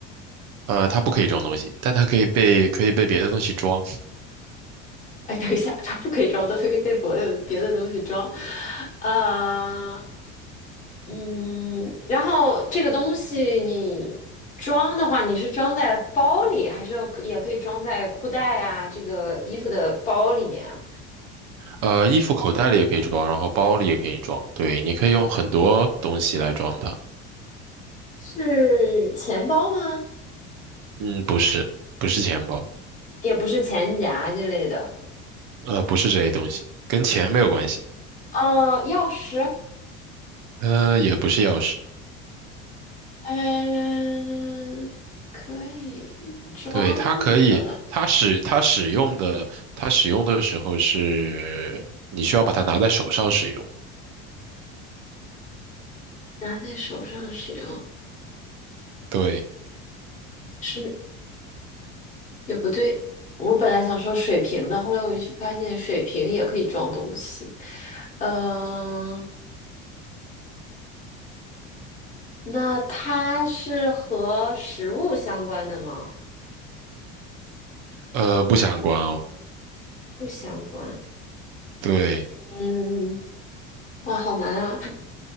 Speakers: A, on the right (about 65°); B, on the left (about 25°).
A: 呃，它不可以装东西，但它可以被可以被别的东西装，
B: 哎，等一下，它不可以装多，都可以被别的别的东西装。呃，嗯，然后这个东西你装的话，你是装在包里，还是可也可以装在裤袋啊，这个衣服的包里面啊？
A: 呃，衣服口袋里也可以装，然后包里也可以装，对，你可以用很多东西来装它。
B: 是钱包吗？
A: 嗯，不是，不是钱包，
B: 也不是钱夹之类的。
A: 呃，不是这些东西，跟钱没有关系，
B: 呃，钥匙，
A: 呃，也不是钥匙，
B: 嗯、可以装的，
A: 对，它可以，它使它使用的，它使用的时候是你需要把它拿在手上使用，
B: 拿在手上使用，
A: 对，
B: 是也不对，我本来想说水瓶的，后来我就发现水瓶也可以装东西。嗯、那它是和食物相关的吗？
A: 呃，不相关哦，
B: 不相关。
A: 对。
B: 嗯，哇，好难啊。